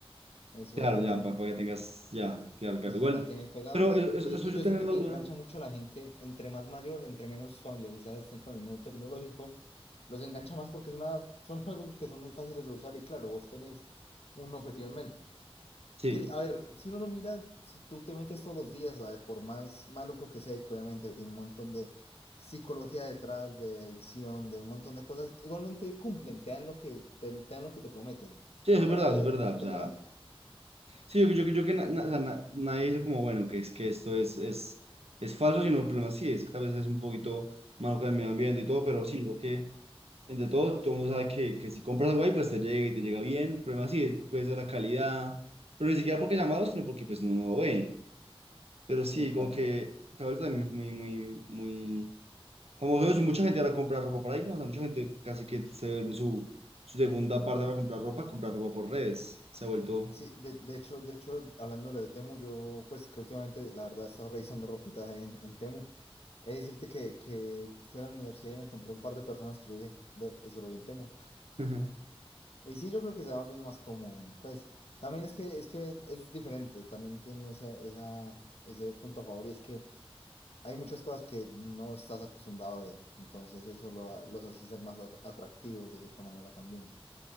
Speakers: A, on the left; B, on the right.
A: Eso,
B: Claro, ya, para, que tengas, ya, claro, claro,
A: eso
B: igual.
A: te mantiene ahí pegado.
B: Pero eso, eso,
A: Y,
B: eso
A: y
B: yo
A: yo
B: tener
A: siento
B: la
A: que
B: duda,
A: engancha mucho a la gente, entre más mayor, entre menos familiarizadas estén con el mundo tecnológico, los engancha más porque es una, son juegos que son muy fáciles de usar y claro, vos tenés un objetivo en mente.
B: sí,
A: Que, a ver, si uno lo mira, si tú te metes todos los días, a ver, por más maluco que sea, y que obviamente tiene un montón de psicología detrás, de adicción, de un montón de cosas, igualmente cumplen, te dan lo que te, te dan lo que te prometen.
B: sí,
A: Por
B: eso es
A: más
B: verdad,
A: de que
B: eso
A: haya
B: es verdad,
A: lento,
B: o
A: te
B: sea.
A: lo dan.
B: Sí, yo, yo, yo que na- na- o sea, na- nadie dice como, bueno, que es que esto es, es, es falso, sino el problema sí es que tal vez es un poquito malo con el medio ambiente y todo, pero sí, yo creo que entre todo, todo el mundo sabe que, que si compras algo ahí, pues te llega y te llega bien, el problema sí es pues de la calidad, pero ni siquiera porque sea malo, sino porque pues no, no lo ve, pero sí,
A: Epa,
B: como que
A: epa.
B: se ha vuelto también muy, muy, muy famoso eso, y mucha gente ahora compra ropa por ahí, ¿no? O sea, mucha gente casi que se vuelve su, su segunda parte para comprar ropa, comprar ropa por redes, se ha vuelto...
A: Sí, de, de hecho, de hecho, hablando de Temu, yo pues que últimamente la verdad he estado revisando ropita en, en Temu. Es decirte que, que fui a la universidad y me encontré un par de personas que yo dije, ve, eso lo vi en Temu.
B: <laughs>
A: Y sí, yo creo que se va volviendo más común. Pues también es que es que es diferente, también tiene ese, esa, ese punto a favor y es que hay muchas cosas que no estás acostumbrado a ver. Entonces eso lo ha- los hace ser más at- atractivos de cierta manera también.